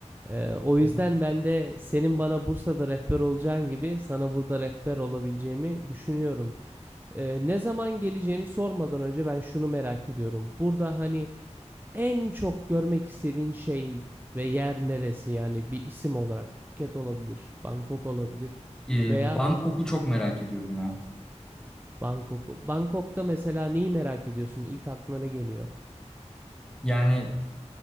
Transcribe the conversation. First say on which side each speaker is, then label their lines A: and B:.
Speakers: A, on the right; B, in the centre.
A: E, o
B: Hı
A: yüzden
B: hı.
A: ben de senin bana Bursa'da rehber olacağın gibi sana burada rehber olabileceğimi düşünüyorum. Ee, ne zaman geleceğini sormadan önce ben şunu merak ediyorum. Burada hani en çok görmek istediğin şey ve yer neresi? Yani bir isim olarak Phuket olabilir, Bangkok olabilir
B: E,
A: veya
B: Bangkok'u çok merak ediyorum ya.
A: Bangkok. Bangkok'ta mesela neyi merak ediyorsun? İlk aklına ne geliyor?
B: Yani